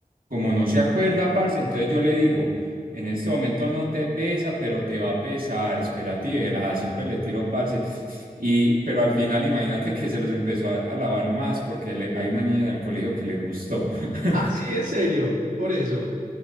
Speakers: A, on the right (about 70°); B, on the right (about 85°).
A: como no se acuerda, parce, entonces yo le digo. En este momento no te pesa, pero te va a pesar. Espérate y verás, siempre le tiro parce. Y, pero al final, imagínate que se los empezó a, a lavar más porque le- hay una niña en el colegio que le gustó. <laughs>
B: Ah, sí, en serio, por eso.